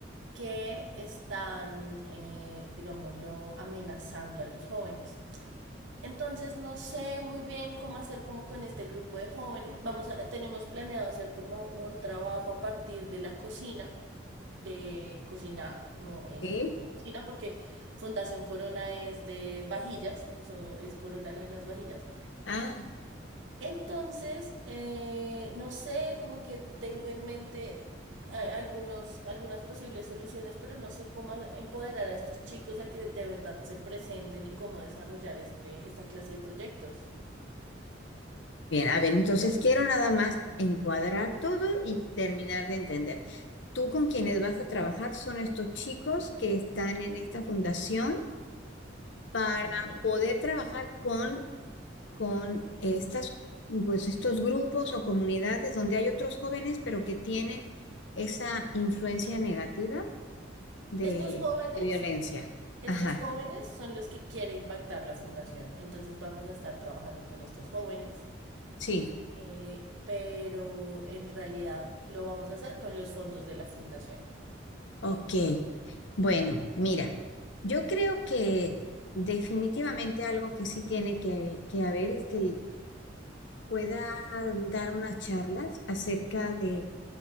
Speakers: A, on the right (about 75°); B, on the left (about 70°).
A: que están, eh, digámoslo, amenazando a los jóvenes. Entonces no sé muy bien cómo hacer como con este grupo de jóvenes. Vamos a, tenemos planeado hacer como un trabajo a partir de la cocina, de cocinar, como en,
B: sí.
A: en la cocina, porque Fundación Corona es de vajillas, son- es Corona la de las vajillas.
B: Ah,
A: Entonces, eh, no sé, como que tengo en mente a- algunos, algunas posibles soluciones, pero no sé cómo a- empoderar a estos chicos a que de verdad se presenten y cómo desarrollar este, esta clase de proyectos.
B: bien, a ver, entonces quiero nada más encuadrar todo y terminar de entender. Tú con quienes vas a trabajar son estos chicos que están en esta fundación para
A: Ujú.
B: poder trabajar con, con estas, pues, estos grupos o comunidades donde hay otros jóvenes, pero que tienen esa influencia negativa. de,
A: Estos jóvenes,
B: de violencia.
A: estos
B: Ajá,
A: jóvenes son los que quiere impactar la fundación. Entonces vamos a estar trabajando con estos jóvenes,
B: sí,
A: eh, pero en realidad lo vamos a hacer con los fondos de la fundación.
B: ok. Bueno, mira, yo creo que definitivamente algo que sí tiene que, que haber es que él pueda dar unas charlas acerca de,